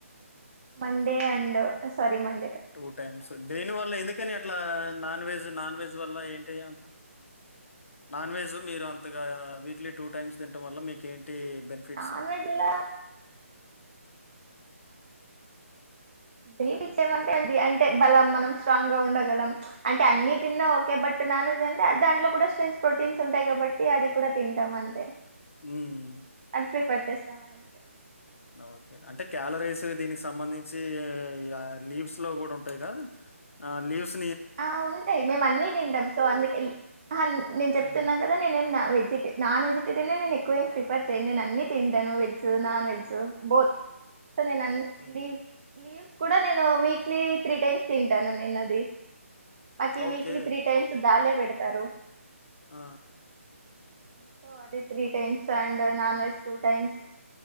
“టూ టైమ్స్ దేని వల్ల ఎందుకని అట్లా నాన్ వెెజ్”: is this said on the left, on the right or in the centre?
Left